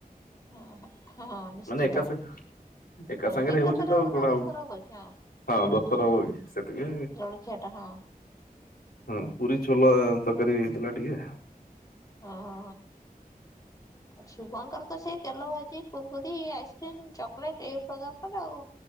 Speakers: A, on the left; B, on the left.
A: ହଁ- ହଁ ନିଶ୍ଚିନ୍ତ।
B: ମାନେ ଏକା ସାଙ୍ଗେ ଏକା
A: ହଁ
B: ସାଙ୍ଗରେ
A: ଏକାଥରେ
B: ହେଉଛି ତ
A: ହବ
B: ଆଉ
A: ନା
B: କଣ
A: ଦଶ
B: ଆଉ
A: ଥର ହବ କି ହଁ
B: ହଁ ଦସ୍ତର ହବ କି ସେତିକି
A: ଜଳଖିଆ ଟା ହଁ
B: ହ ପୁରୀ ଛୋଲା ତରକାରୀ ହେଇଥିଲା ଟିକେ
A: ହଁ ହଁ ହଁ ଶୁଭଙ୍କର ତ ସେଇ ତେଲ ହଇଛି କୁରକୁରି ଆଇସ୍କ୍ରିମ୍ ଚକୋଲେଟ୍ ଏଇ ଦରକାର ଆଉ